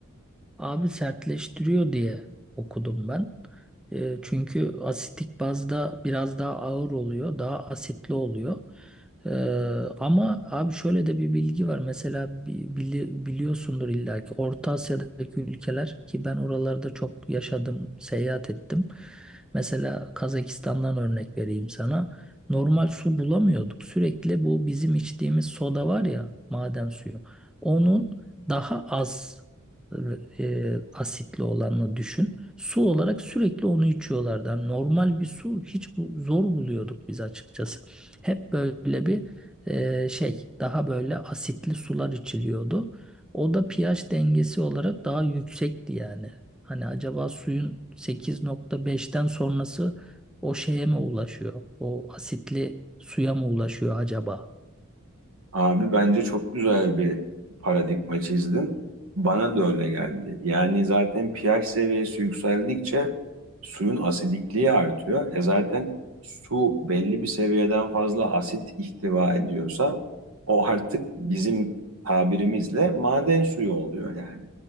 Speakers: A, in the centre; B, on the right.
A: Abi sertleştiriyor diye okudum ben. E, çünkü asitik bazda biraz daha ağır oluyor, daha asitli oluyor. E, ama abi şöyle de bir bilgi var. Mesela bi- bili- biliyorsundur illa ki Orta Asya'daki ülkeler ki ben oralarda çok yaşadım, seyahat ettim. Mesela Kazakistan'dan örnek vereyim sana. Normal su bulamıyorduk. Sürekli bu bizim içtiğimiz soda var ya, maden suyu. Onun daha az ıı, e, asitli olanla düşün. Su olarak sürekli onu içiyorlardı. Yani normal bir su hiç bu, zor buluyorduk biz açıkçası. Hep böyle bir e, şey daha böyle asitli sular içiliyordu. O da pH dengesi olarak daha yüksekti yani. Hani acaba suyun 8.5'ten sonrası o şeye mi ulaşıyor? O asitli suya mı ulaşıyor acaba?
B: Abi bence çok güzel bir paradigma çizdin. Bana da öyle geldi. Yani zaten pH seviyesi yükseldikçe suyun asidikliği artıyor. E zaten su belli bir seviyeden fazla asit ihtiva ediyorsa o artık bizim tabirimizle maden suyu oluyor yani.